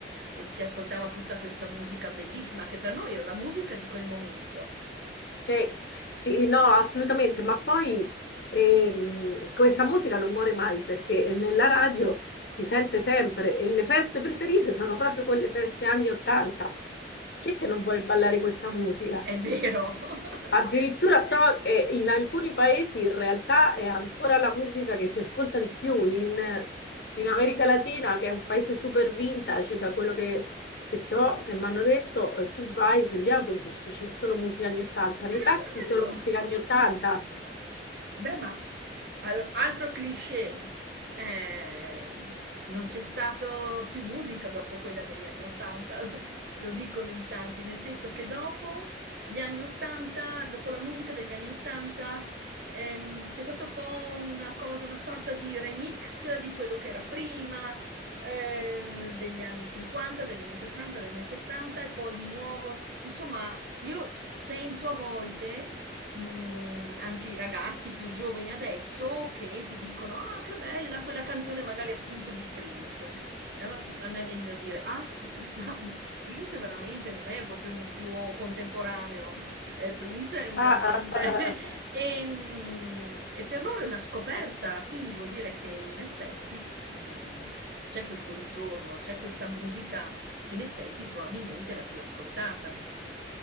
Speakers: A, on the right; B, on the left.
A: e si ascoltava tutta questa musica bellissima che per noi era la musica di quel momento.
B: Sì, sì, no, assolutamente, ma poi ehm, questa musica non muore mai perché nella radio si sente sempre e le feste preferite sono proprio quelle feste anni 80. Chi è che non vuole ballare questa musica?
A: È vero. <laughs>
B: Addirittura so che in alcuni paesi in realtà è ancora la musica che si ascolta di più, in, in America Latina, che è un paese super vintage, da quello che, che so, che mi hanno detto, eh, tu vai sugli autobus, c'è solo musica anni 80, nei
A: Che
B: taxi
A: bello!
B: solo musica anni 80,
A: Beh, ma al- altro cliché, eh, non c'è stato più musica dopo quella degli anni Ottanta, <laughs> lo lo dicono in tanti, nel senso che dopo gli anni Ottanta, dopo la musica degli anni Ottanta, ehm, c'è stato un po' una cosa, una sorta di remix di quello che era prima, eh, degli anni 50, degli anni 60, degli anni 70 e poi di nuovo, insomma, io sento a volte mm, anche i ragazzi più giovani adesso che ti dicono: Ah, che bella quella canzone, magari appunto di Prince. E allora tu- a me viene da dire: Ah, sì, <laughs> ma Prince veramente non è proprio un tuo contemporaneo. Eh, Prince è un
B: Ah,
A: cantante
B: ah, ah, ah. ah,
A: <laughs>
B: ah.
A: e, mm, e per loro è una scoperta, quindi vuol dire che in effetti mm, c'è questo ritorno, c'è questa musica che in effetti probabilmente è la più ascoltata.